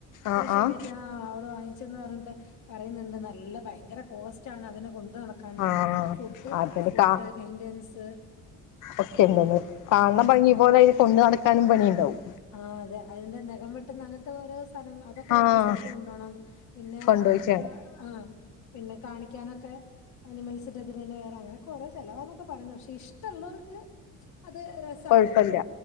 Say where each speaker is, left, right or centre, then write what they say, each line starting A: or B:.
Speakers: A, on the left; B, on the left.
A: ആഹ്
B: പേഷ്യൻകറ്റ്
A: ആഹ്
B: ആ അവിടെ വാങ്ങിച്ചന്ന് പറ പറയുന്നുണ്ട് നല്ല ഭയങ്കര കോസ്റ്റ് ആണ് അതിനെ കൊണ്ട് നടക്കാന്ന്
A: ആഹ്
B: ഫുഡ്
A: അതിന്
B: ഫുഡ്
A: കാ
B: മെയിന്റനൻസ്
A: ഒക്കെന്ത കാണണം
B: ഉം
A: ഭംഗി പോലെ കൊണ്ടു നടക്കാനും പണിയ ഉണ്ടാവും
B: ആ അതെ അതിന്റെ നഖം വെട്ടന്ന് അങ്ങനത്തെ ഓരോ സ്ഥലങ്ങ അതൊക്കെ
A: ആഹ്
B: വേറെ സ്ഥലത്ത് കൊണ്ടോണ്ണം പിന്നെ
A: കൊണ്ടോയിച്ചാണ്
B: ആഹ പിന്നെ കാണിക്കാനൊക്കെ അനിമൽസിന്റെതി തന്ന വേറെ അങ്ങനൊക്കെ ഓോ ചിലവാന്നൊക്കെ പറയ പക്ഷേ ഇഷ്ടുള്ളോർക്ക് അത് രസാണ്
A: കൊഴപ്പല്ല